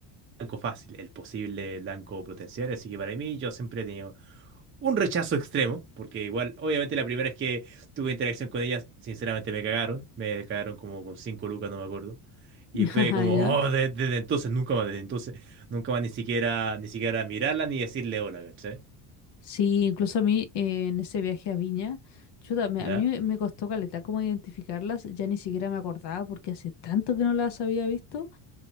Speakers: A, on the right; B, on the left.
A: blanco fácil, el posible blanco potencial. Así que para mí yo siempre he tenido un rechazo extremo, porque igual, obviamente la primera vez que tuve interacción con ellas, sinceramente me cagaron, me cagaron como con cinco lucas, no me acuerdo. Y
B: <laughs>
A: fue
B: Ajá,
A: como,
B: ya.
A: oh, de- desde entonces, nunca más, desde entonces, nunca más ni siquiera, ni siquiera mirarla ni decirle hola, ¿cachai?
B: Sí, incluso a mí eh, en ese viaje a Viña, chuta, me-
A: ¿Ya?
B: a mí me me costó caleta cómo identificarlas, ya ni siquiera me acordaba porque hace tanto que no las había visto